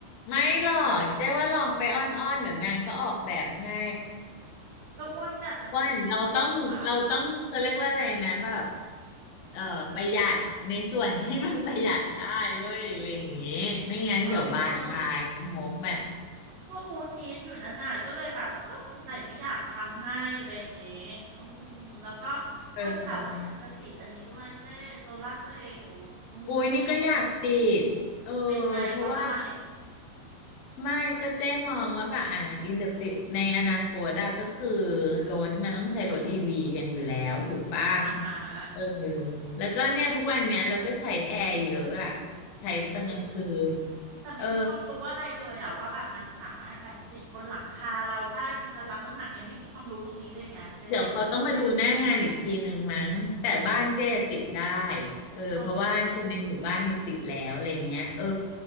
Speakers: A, on the left; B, on the right.
A: ไม่หรอกเจ๊ว่าลองไปอ้อนๆเดี๋ยวนางก็ออกแบบให้
B: แล้วอ้วนก็จะติดอันนี้ด้วยจ้ะคะ
A: อ้วันเราต้องเราต้องเขาเรียกว่าอะไรนะแบบเอ่อประหยัดในส่วนที่มันประหยัดได้เว้ยอะไรอย่างเงี้ยไม่งั้นเดี๋ยวบานปลายนะงบอ่ะ
B: เออก็อูดอีทอยู่นั่นน่ะก็เลยแบบเออสงสัยไม่อยากทำให้อะไรอย่างเงี้ยอืมแล้วก็
A: เออ
B: อ้วนกะว่าอยากจะติดอันนี้ด้วยเจ้โซลาร์เซลล์อืม
A: อุ้ยนี่ก็อยากติดเออ
B: เป็นไงเพราะอะไร
A: เพราะว่าไม่ก็เจ๊มองว่าแบบอ่ะ in the fu- ในอนาคตอะก็คือ
B: อืม
A: รถมันต้องใช้รถอีวีกันอยู่แล้วถูกป่ะ
B: อาหาร
A: เออแล้วก็เนี่ยทุกวันเนี้ยเราก็ใช้แอร์เยอะอะใช้ตอนกลางคืน
B: นั่นน่ะดิ แต่ไม่มีความรู้อะไรเลยอะว่าแบบมันสามารถแบบติดบนหลังคาเราได้มันจะรับน้ำหนักไงไม่มีความรู้ตรงนี้เลยไงเจ๊
A: เออ เดี๋ยวเขาต้องมาดูหน้างานอีกทีหนึ่งมั้งแต่บ้านเจ้ติดได้เออเพราะว่าคนในหมู่บ้านนี่ติดแล้วอะไรอย่างเงี้ยเออ
B: อ๋อ